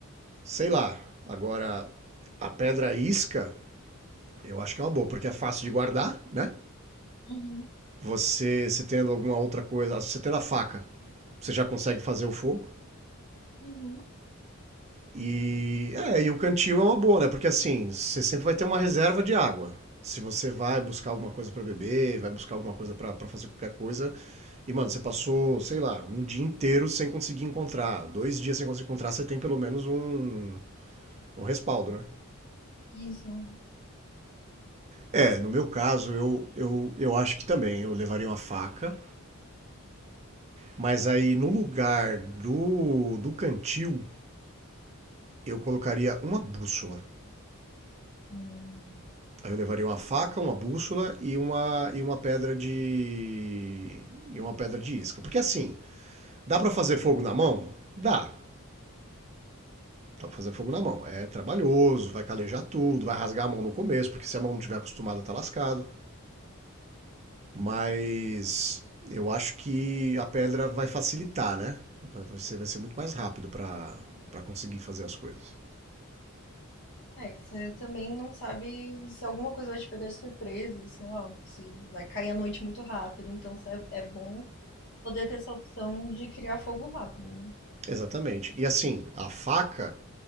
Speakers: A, on the right; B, on the left.
A: sei lá. Agora, a pedra isca, eu acho que é uma boa, porque é fácil de guardar, né?
B: Uhum,
A: Você, se tendo alguma outra coisa, você tendo a faca, você já consegue fazer o fogo.
B: uhum.
A: E, é, e o cantil é uma boa, né? Porque assim, você sempre vai ter uma reserva de água. Se você vai buscar alguma coisa para beber, vai buscar alguma coisa para fazer qualquer coisa, e, mano, você passou, sei lá, um dia inteiro sem conseguir encontrar, dois dias sem conseguir encontrar, você tem pelo menos um, um respaldo, né?
B: Isso.
A: É, no meu caso, eu, eu, eu acho que também eu levaria uma faca, mas aí no lugar do, do cantil, eu colocaria uma bússola.
B: Hum.
A: Aí eu levaria uma faca, uma bússola e uma, e uma pedra de. e uma pedra de isca. Porque assim, dá para fazer fogo na mão? Dá. Dá para fazer fogo na mão. É trabalhoso, vai calejar tudo, vai rasgar a mão no começo, porque se a mão não estiver acostumada, tá lascado. Mas eu acho que a pedra vai facilitar, né? Vai ser, vai ser muito mais rápido para para conseguir fazer as coisas.
B: É, que você também não sabe se alguma coisa vai te pegar de surpresa, sei lá, se vai cair a noite muito rápido, então cê- é é bom poder ter essa opção de criar fogo rápido, né?
A: Exatamente. E assim, a faca